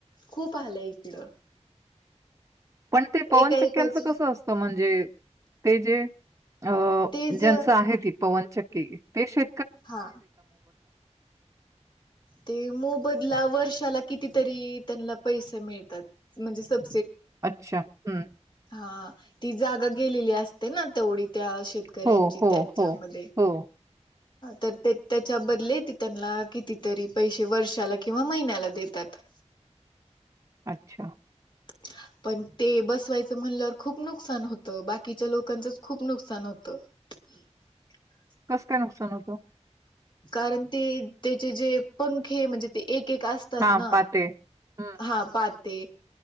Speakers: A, on the left (about 40°); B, on the right (about 25°).
A: खूप आलं इकडं.
B: पण ते पवनचक्क्यांचं
A: एका एकाच
B: कसं असतं म्हणजे ते जे अ
A: तेच
B: ज्यांचं आहे ती पवनचक्की ते शे
A: हा ते मोबदलावर र्षाला कितीतरी त्यांना पैसे मिळतात म्हणजे सब
B: अच्छा हम्म.
A: हा ती जागा गेलेली असते ना तेवढी त्या शेतकऱ्यांची
B: हो, हो,
A: त्याच्यामध्ये.
B: हो, हो.
A: तर ते त्याच्या बदले ते त्यांना कितीतरी पैसे वर्षाला किंवा महिन्याला देतात. <inaudible>
B: अच्छा.
A: <inaudible> पण ते बसवायचं म्हणल्यावर खूप नुकसान होतं बाकीच्या लोकांचंच खूप नुकसान होतं. <inaudible>
B: कसं काय नुकसान होतं.
A: कारण ते त्याचे जे पंखे म्हणजे ते एक एक असतात
B: हां,
A: ना
B: पाते. हं,
A: हा पाते.